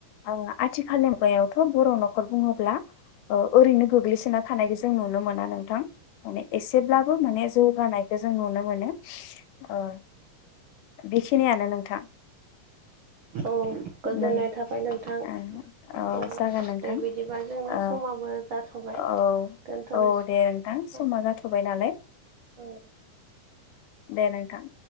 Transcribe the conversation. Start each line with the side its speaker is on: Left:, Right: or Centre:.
Left: ओं आथिखालनि मुगायावथ' बर' न'खर बुङोब्ला ओ ओरैनो गोग्लैसोना थानायखौ जों नुनो मोना नोंथां माने एसेब्लाबो माने जौगानाय खो जों नुनो मोनो ओ बेखिनियानो नोंथां।
Right: औ गोजोननाय
Left: नों
Right: थाबाय नों थां
Left: औ
Right: औ
Left: जागोन नोंथां
Right: दे बिदिबा जोंना
Left: ओ
Right: समाबो जाथ'बाय।
Left: औ
Right: दोनथ'नोसै
Left: औ दे नोंथां।
Right: औ
Left: समा जाथ'बाय नालाय
Right: औ
Left: दे नोंथां।